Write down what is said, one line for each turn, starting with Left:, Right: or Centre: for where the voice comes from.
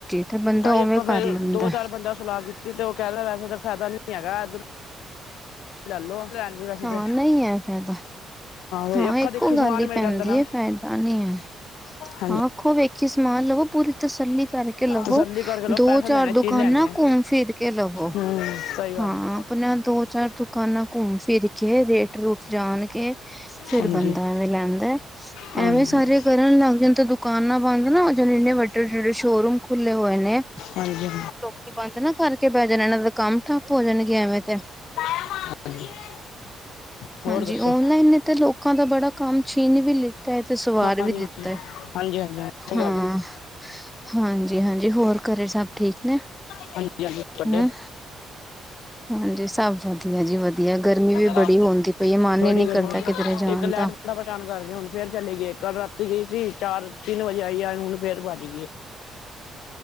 Centre: ਤੇ ਬੰਦਾ
Left: ਤਾਂ ਜੇ
Centre: ਉਵੇਂ
Left: ਆਪਾਂ ਫੇਰ
Centre: ਕਰ ਲੈਂਦਾ।
Left: ਦੋ ਚਾਰ ਬੰਦਾ ਸਲਾਹ ਕੀਤੀ ਤੇ ਉਹ ਕਹਿ ਰਿਹੇ ਵੈਸੇ ਤੇ ਫਾਇਦਾ ਨੀ ਹੈਗਾ ਇਧਰ ਲੈ ਲੋ ਲੈਣੀ ਵੈਸੇ
Centre: ਹਾਂ
Left: ਤੇ
Centre: ਨਹੀਂ ਹੈ ਫਾਇਦਾ
Left: ਵੀ
Centre: ਹਾਂ
Left: ਅੱਖਾਂ
Centre: ਇੱਕੋ
Left: ਦੇਖੀ
Centre: ਗੱਲ
Left: ਸਮਾਨ
Centre: ਈ
Left: ਮਿਲ
Centre: ਪੈਂਦੀ
Left: ਜਾਂਦਾ ਨਾ
Centre: ਏ ਫਾਇਦਾ ਨੀ ਹੈ,
Left: ਹਾਂਜੀ
Centre: ਹਾਂ ਆਖੋ ਕਿ ਸਮਾਨ ਲਵੋ ਪੂਰੀ ਤਸੱਲੀ ਕਰਕੇ ਕੇ ਲਵੋ
Left: ਤਸੱਲੀ ਕਰਕੇ ਲਓ
Centre: ਦੋ
Left: ਪੈਸਾ
Centre: ਚਾਰ
Left: ਲੈਣਾ
Centre: ਦੁਕਾਨਾਂ
Left: ਚੀਜ਼ ਲੈਣੀ ਹੈ
Centre: ਘੁੰਮ ਫਿਰ ਕੇ ਲਵੋ
Left: ਹਮ ਸਹੀ ਗੱਲ
Centre: ਹਾਂ,
Left: ਹੈ
Centre: ਅਪਨਾ ਦੋ ਚਾਰ ਦੁਕਾਨਾਂ ਘੁੰਮ ਫਿਰ ਕੇ ਰੇਟ ਰੂਟ ਜਾਨ ਕੇ ਹ ਫਿਰ
Left: ਹਾਂਜੀ
Centre: ਬੰਦਾ ਐਵੇਂ ਲੈਂਦਾ
Left: ਹਾਂਜੀ
Centre: ਐਵੇਂ ਸਾਰੇ ਕਰਨ ਲੱਗ ਜਾਂਦੇ ਤਾਂ ਦੁਕਾਨਾਂ ਬੰਦ ਨਾ ਉਹ ਜਾ ਇੰਨੇ ਵੱਡੇ ਡੇ ਡੇ ਸ਼ੋਰੂਮ ਖੁੱਲੇ ਹੋਏ ਨੇ
Left: ਹਾਂਜੀ
Centre: ਲੋਕੀ ਬੰਦ ਨਾ ਕਰਕੇ ਬੈ ਜਾਨ ਇਹਨਾਂ ਦਾ ਕੰਮ ਠੱਪ ਭੋਜਣ ਗਿਆ ਐਵੇਂ ਤੇ
Left: <unintelligible> ਹੋਰ
Centre: ਹਾਂਜੀ,
Left: ਦੱਸੋ
Centre: ਓਨਲਾਈਨ ਨੇ ਤਾਂ ਲੋਕਾਂ ਦਾ ਬੜਾ ਕੰਮ ਛੀਨ ਵੀ ਲੀ ਤਾਂ ਹੀ ਤੇ ਸਵਾਰ
Left: ਹਾਂਜੀ
Centre: ਵੀ ਦਿੱਤਾ ਏ,
Left: ਹਾਂਜੀ ਹਾਂਜੀ ਸਹੀ
Centre: ਹਾਂ।
Left: ਗੱਲ ਹੈ
Centre: ਹਾਂਜੀ ਹਾਂਜੀ, ਹੋਰ ਘਰੇ ਸਭ ਠੀਕ ਨੇ
Left: ਹਾਂਜੀ ਹਾਂਜੀ ਤੁਹਾਡੇ
Centre: ਹਮ ਹਾਂਜੀ, ਸਭ ਵਧੀਆ ਜੀ, ਵਧੀਆ ਗਰਮੀ ਵੀ ਬੜੀ
Left: ਆਦਤ,
Centre: ਹੁੰਦੀ ਪਈ ਹੈ ਮਨ
Left: ਬੜੀ
Centre: ਹੀ ਨੀ
Left: ਗਰਮੀ
Centre: ਕਰਦਾ ਕਿਧਰੇ ਜਾਣ
Left: ਇੱਕ ਲਾਈਟ
Centre: ਦਾ
Left: ਬੜਾ ਪਰੇਛਾਨ ਕਰਦੀ ਹੁਣ ਫੇਰ ਚਲੀ ਗਈ ਏ ਕੱਲ ਰਾਤੀ ਗਈ ਸੀ। ਤਿੰਨ ਚਾਰ ਤਿੰਨ ਵਜੇ ਆਈ ਆ ਹੁਣ ਫੇਰ ਭੱਜ ਗਈਏ